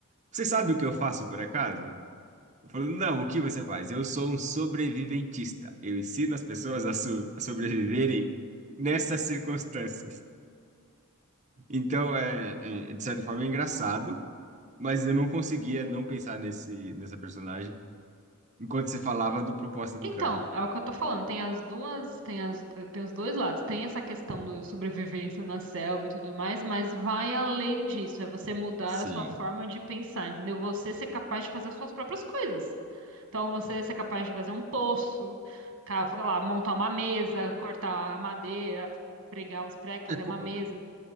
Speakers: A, on the right; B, on the right.
A: Você sabe o que eu faço, por acaso? Eu falo, não, o que você faz? Eu sou um sobreviventista. Eu ensino as pessoas a, so- a sobreviverem nessas circunstâncias. Então, é, é, de certa forma, é engraçado, mas eu não conseguia não pensar nesse, nessa personagem enquanto você falava do propósito do
B: Então,
A: cara.
B: é o que eu tô falando. Tem as duas, tem as, tem os dois lados. Tem essa questão do sobrevivência na selva e tudo mais, mas vai além disso. É você mudar
A: Sim.
B: a sua forma de pensar, entendeu? Você ser capaz de fazer as suas próprias coisas. Então você ser capaz de fazer um poço, ca- sei lá, montar uma mesa, cortar a madeira, pregar os pregos, fazer
A: É
B: uma
A: co-
B: mesa.